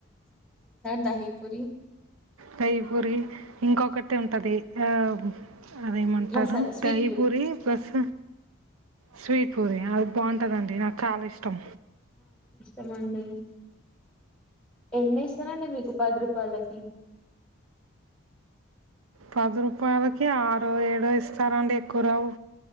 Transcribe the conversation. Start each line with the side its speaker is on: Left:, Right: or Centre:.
Centre: ధహి పూరి
Right: దహి పూరి ఇంకొకటి ఉంటది ఆ అదేమంటారు
Centre: మసాలా స్వీట్
Right: దై పూ పూరి ప్లస్సు స్వీట్ పూరి అది బాగుంటదండి నాకు చాలా ఇష్టం
Centre: ఏమొ అండి ఎన్ని ఇస్తరండి మీకు పది రూపాయలకి
Right: పది రూపాయలకి ఆరో ఏడో ఇస్తారండి ఎక్కువ రావు